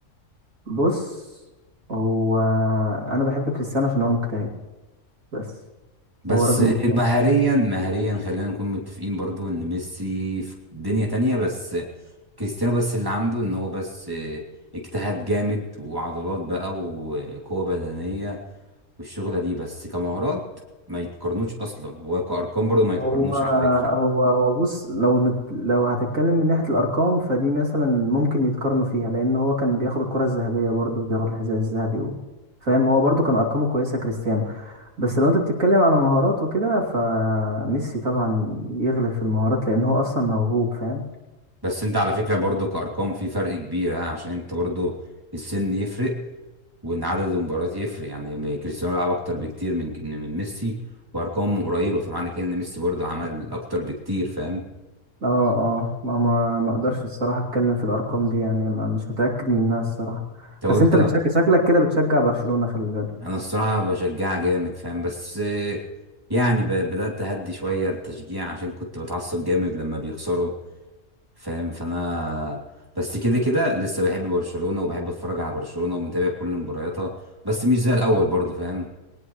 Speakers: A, on the right (about 90°); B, on the right (about 15°).
A: بص هو انا بحب كريستيانو عشان هو مجتهد بس
B: بس
A: هو راجل مجتهد
B: مهريا مهريا خلينا نكون متفقين برضو ان ميسي في دنيا تانية بس كريستيانو بس اللي عنده ان هو بس اجتهاد جامد وعضلات بقى وقوة بدنية والشغلة دي بس كمهارات ما يتقارنوش اصلا هو كأرقام برضو ما يتقارنوش
A: هو
B: على فكرة
A: هو هو بص لو مت لو هتتكلم من ناحية الأرقام فدي مثلا ممكن يتقارنوا فيها لأن هو كان بياخد الكرة الذهبية برضه وبياخد الحذاء الذهبي و- فاهم هو برضه كان أرقامه كويسة كريستيانو بس لو انت بتتكلم على مهارات وكده فميسي طبعا يغلب في المهارات لان هو اصلا موهوب فاهم
B: بس انت على فكرة برضو كأرقام في فرق كبير ها، عشان انت برضو السن يفرق وان عدد المباريات يفرق يعني كريستيانو لعب اكتر بكتير من من ميسي وارقام قريبه فمعنى كده ان ميسي برضه عمل اكتر بكتير فاهم
A: اه اه ما ما ما اقدرش الصراحه اتكلم في الارقام دي يعني ما مش متاكد منها الصراحه
B: طب
A: بس
B: انت
A: انت بتشجع شكلك كده بتشجع برشلونه خلي بالك
B: انا الصراحه بشجع جامد فاهم بس آه، يعني ب- بدات اهدي شويه التشجيع عشان كنت بتعصب جامد لما بيخسروا فاهم فانا بس كده كده لسه بحب برشلونه وبحب اتفرج على برشلونه ومتابع كل مبارياتها بس مش زي الاول برضه فاهم